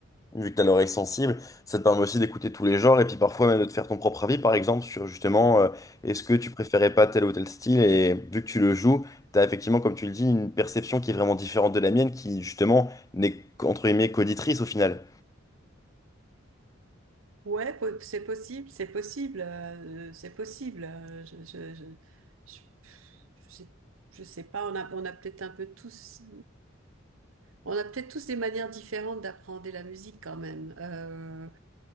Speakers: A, on the left (about 15°); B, on the right (about 80°).
A: Vu que tu as l'oreille sensible, ça te permet aussi d'écouter tous les genres et puis parfois même de te faire ton propre avis, par exemple, sur justement, euh, est-ce que tu préférais pas tel ou tel style? Et vu que tu le joues, tu as effectivement, comme tu le dis, une perception qui est vraiment différente de la mienne, qui justement n'est, qu'entre guillemets, qu'auditrice au final.
B: Ouais, po- c'est possible, c'est possible, euh, c'est possible. Euh, Je, je, je, je, je sais, je sais pas, on a, on a peut-être un peu tous. On a peut-être tous des manières différentes d'apprendre la musique quand même. Euh,